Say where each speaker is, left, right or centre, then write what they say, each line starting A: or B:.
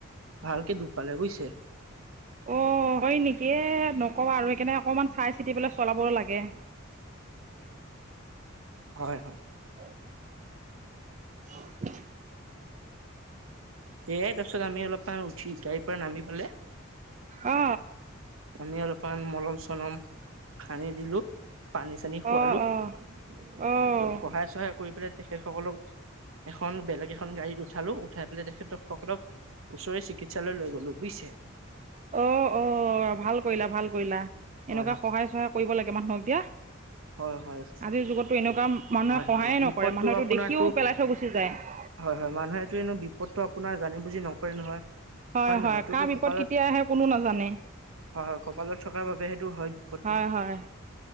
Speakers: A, on the right; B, on the right.
A: ভালকে দুখ পালে বুজিছে।
B: অঁ হয় নিকি এ নকওঁ আৰু সেইকাৰণে অকণমান চাই চিতি পেলাই চলাব লাগে।
A: হয় হয়।
B: <inaudible>
A: এয়ে তাৰ পিছত আমি অলপমান উঠি গাড়ীৰ পৰা নামি পালে।
B: অ।
A: আমি অলপমান মলম - চলম সানি দিলো। পানী - চানী খোৱালো,
B: অ', অ', অ',
A: অলপ সহায় - চহায় কৰি পেলাই তেখেতসকলক এখন বেলেগ এখন গাড়ীত উঠালো, উঠাই পেলাই তেখেতক সকলক ওচৰে চিকিৎসালয়লৈ গ'লো বুজিছে।
B: অ অ ভাল কৰিলা ভাল কৰিলা
A: হয়
B: এনেকুৱা
A: হয়।
B: সহায় - চহায় কৰিব লাগে মানুহক দিয়া।
A: হয় হয়
B: আজিৰ যুগতো এনেকুৱা মানুহে
A: হয়
B: সহায়ে
A: হয় বিপদটো
B: নকৰে মানুহেটো
A: আপোনাৰতো
B: দেখিও পেলাই থৈ গুচি যায়।
A: হয় হয় মানুহেটো এনো বিপদটো আপোনাৰ জানি বুজি নকৰে নহয়।
B: হয়
A: নহয়
B: হয়
A: এইটোতো
B: কাৰ বিপদ
A: কপালত
B: কেতিয়া আহে কোনো নাজানে।
A: হয় হয় কপালত থকাৰ বাবে সেইটো হয় বিপদটো।
B: হয় হয়